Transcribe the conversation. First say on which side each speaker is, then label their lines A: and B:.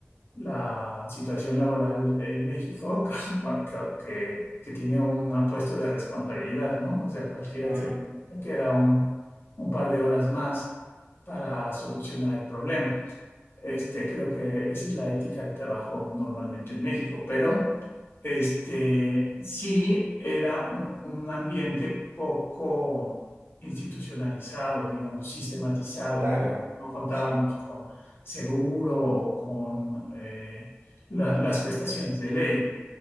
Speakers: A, on the left; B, on the right.
A: la situación laboral en México, <laughs> que, que- que tiene un puesto de responsabilidad, ¿no? O sea, cualquiera
B: Mm,
A: se le queda un, un par de horas más para solucionar el problema. Este, creo que esa es la ética de trabajo normalmente en México, pero este, sí era un, un ambiente poco institucionalizado, digamos, sistematizado.
B: claro,
A: No, no contábamos
B: sí.
A: con seguro o con eh, la- las prestaciones de ley.